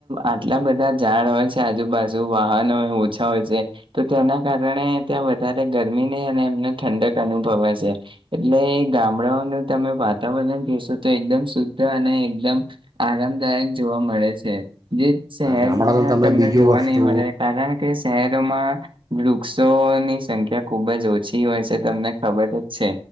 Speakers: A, on the right; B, on the right.
A: આટલા બધા ઝાડ હોય છે આજુબાજુ વાહન હોય ઓછા હોય છે તો તેના કારણે ત્યાં વધારે ગરમી નહી અને એમને ઠંડક અનુભવા છે એટલે એ ગામડાઓનું તમે વાતાવરણ જશો તો એકદમ શુદ્ધ અને એકદમ આરામદાયક જોવા મળે છે જે શહેરમાં
B: ગામડાનું તમે
A: તમને
B: બીજું
A: જોવા
B: વસ્તુ
A: નહી મળે કારણ કે શહેરોમાં વુંક્ષોસો ની સંખ્યા ખુબ જ ઓછી હોય છે તમને ખબર જ છે